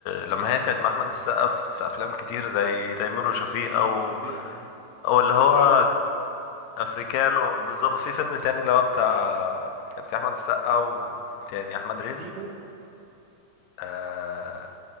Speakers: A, on the left; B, on the right.
A: لما هي كانت مع احمد السقا في افلام كتير زي تيمور وشفيق
B: تيمور
A: او
B: وشفيقة آه.
A: او اللي
B: افريكانو
A: هو افريكانو بالظبط في فيلم تاني اللي هو بتاع كان في احمد السقا ومين تاني احمد رزق
B: تيتو
A: آه